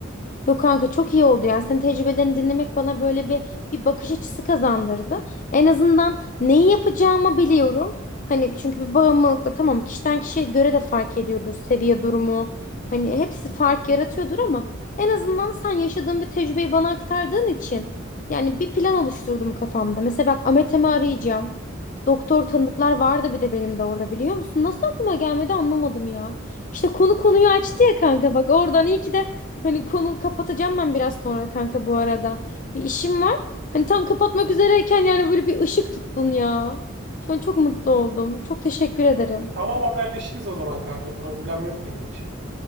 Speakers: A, on the left; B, on the right.
A: Yok kanka çok iyi oldu yani senin tecrübelerini dinlemek bana böyle bir bir bakış açısı kazandırdı. En azından neyi yapacağımı biliyorum. Hani çünkü bir bağımlılıkla tamam kişiden kişiye göre de fark ediyordur seviye durumu. Hani hepsi fark yaratıyordur ama en azından sen yaşadığın bir tecrübeyi bana aktardığın için yani bir plan oluşturdum kafamda. Mesela bak Ametem'i arayacağım. Doktor tanıdıklar vardı bir de benim de orada biliyor musun? Nasıl aklıma gelmedi anlamadım ya. İşte konu konuyu açtı ya kanka bak oradan iyi ki de hani konu kapatacağım ben biraz sonra kanka bu arada. Bir işim var. Hani tam kapatmak üzereyken yani böyle bir ışık tuttun ya. Şu an çok mutlu oldum. Çok teşekkür ederim.
B: Hmm, Tamam haberleşiriz o zaman kanka. Problem yok benim için.